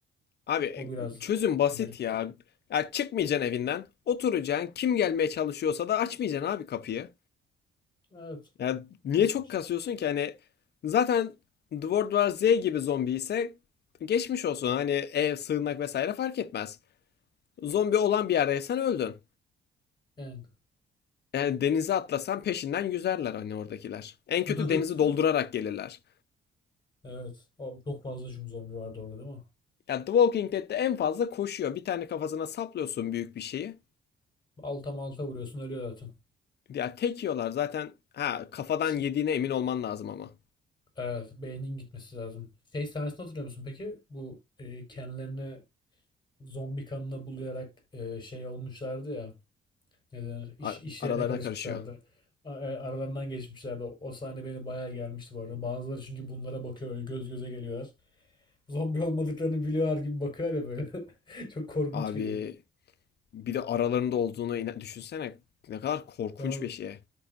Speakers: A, on the left; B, on the left.
A: Abi e,
B: O biraz
A: çözüm basit
B: garip.
A: ya. Ya çıkmayacaksın evinden. Oturacaksın. Kim gelmeye çalışıyorsa da açmayacaksın abi kapıyı.
B: Evet.
A: Ya niye
B: Ko-
A: çok kasıyorsun ki? Hani zaten The World War Z gibi zombi ise geçmiş olsun. Hani ev, sığınmak vesaire fark etmez. Zombi olan bir yerdeysen öldün.
B: yani.
A: Yani denize atlasan peşinden yüzerler hani oradakiler. En
B: <laughs>
A: kötü denizi doldurarak gelirler.
B: Evet. O, çok fazla çünkü zombi vardı orada değil mi?
A: Ya The Walking Dead'de en fazla koşuyor. Bir tane kafasına saplıyorsun büyük bir şeyi.
B: Alta malta vuruyorsun ölüyor zaten.
A: Ya tek yiyorlar zaten. Ha kafadan
B: Ş-
A: yediğine emin olman lazım ama.
B: Evet. Beynin gitmesi lazım. Şey sahnesini hatırlıyor musun peki? Bu e, kendilerini zombi kanına bulayarak e, şey olmuşlardı ya. Ne denir? İş,
A: Ar-
B: işlerine
A: aralarına
B: karışmışlardı.
A: karışıyor.
B: A- e, aralarından geçmişlerdi. O, o sahne beni bayağı gelmişti bu arada. Bazıları çünkü bunlara bakıyor öyle göz göze geliyorlar. Zombi olmadıklarını biliyorlar gibi bakıyorlar ya böyle. <laughs> Çok korkunç
A: Abi
B: geliyor.
A: bir de aralarında olduğunu ina- düşünsene. Ne kadar korkunç
B: Ya
A: bir şey.